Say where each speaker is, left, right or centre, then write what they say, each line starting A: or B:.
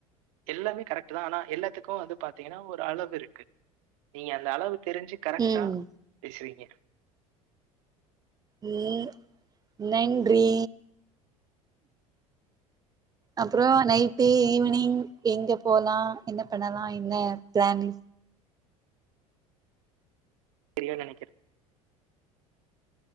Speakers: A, on the right (about 70°); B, on the right (about 20°).
A: எல்லாமே கரெக்ட்தா ஆனா எல்லாத்துக்கு வந்து பாத்தீங்கன்னா ஒரு அளவு இருக்கு நீங்க அந்த அளவு தெரிஞ்சு கரெக்டா
B: ம்
A: பேசுறீங்க
B: ம் நன்றி
A: <inaudible>
B: அப்றோ நைட்டு ஈவினிங் எங்க போலா என்ன பண்ணலா என்ன பிளான்னு
A: தெரியு நெனைக்கிற